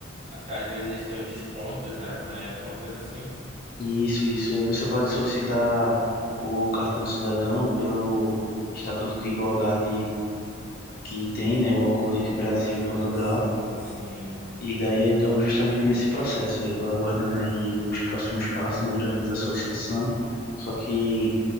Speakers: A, on the right; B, on the left.
A: Acho que às vezes eles têm uns descontos, né? Não é uma coisa assim.
B: isso, isso. Você pode solicitar o cartão cidadão pelo Estatuto de Igualdade que tem, né, o acordo entre Brasil
A: Ah,
B: e Portugal.
A: sim, sim.
B: E daí eu estou justamente nesse processo. Eu estou aguardando aí os próximos passos, né? Eu já fiz a solicitação, só que